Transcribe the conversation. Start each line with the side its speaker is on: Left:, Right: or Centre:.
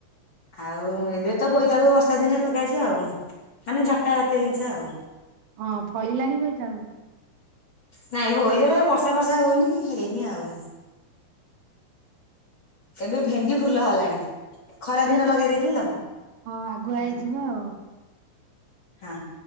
Left: ଆଉ ଆଉ
Right: ଓହୋ।
Left: ଏବେ ତ ବୋଇତାଳୁ ବର୍ଷା ଦିନେ ଲଗା ହେଇଛି ଆଉ ମାନେ ଝଟା ଜାତୀୟ ଜିନିଷ ଆଉ।
Right: ହଁ ଫଳିଲାଣି ବଇତାଳୁ
Left: ନାଇଁ ବୋଇତ ଏ ବର୍ଷା ଫର୍ଷା ହୋଉନି ହେଇନି ଆଉ। ଏବେ ଭେଣ୍ଡି ଫୁଲ ହେଲାଣି। ଖରା ଦିନ
Right: ଏ ସବୁ
Left: ଲଗେଇ ଦେଇଥିଲିତ
Right: ହଁ ଆଗୁଆ ହେଇଯିବ
Left: ହଁ
Right: ଆଉ।
Left: ହଁ